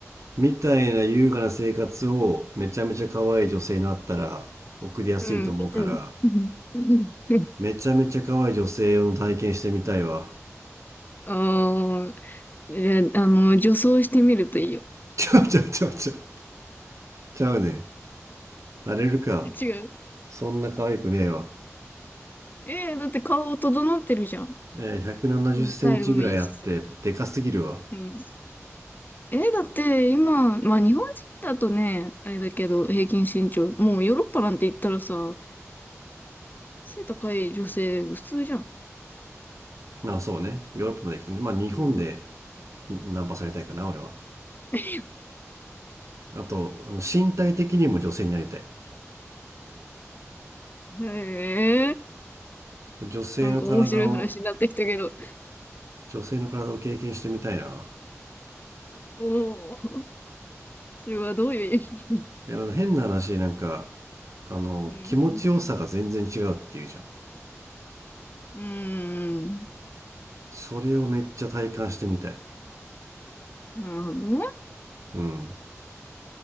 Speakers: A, on the right; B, on the left.
A: みたいな優雅な生活をめちゃめちゃ可愛い女性になったら送りやすいと思うから、
B: うん。うん。うん。
A: めちゃめちゃ可愛い女性を体験してみたいわ。
B: ああ、え、あの、女装してみるといいよ。
A: ちゃうちゃうちゃうちゃう。ちゃうね。なれるか。
B: 違う。
A: そんな可愛くねえわ。
B: えーだって顔整ってるじゃん。
A: えー、170センチぐらいあって、
B: うん、スタイルもいいしさ。
A: でかすぎるわ。
B: うん。え、だって今、まあ日本人だとね、あれだけど、平均身長、もうヨーロッパなんて言ったらさ、背高い女性普通じゃん。
A: まあそうね。ヨーロッパまで行くとね。まあ日本で
B: うん。
A: ナンパされたいかな、俺は。
B: <laughs>
A: あと、あの身体的にも女性になりたい。
B: へえ、
A: ちょ女性の体を、
B: なんか面白い話になってきたけど、
A: 女性の体を経験してみたいな。
B: おお、それはどういう意味
A: いや、変な話、なんか、あの気持ちよさが全然違うっていうじゃん
B: うん。うーん。
A: それをめっちゃ体感してみたい
B: なるほどね。
A: うん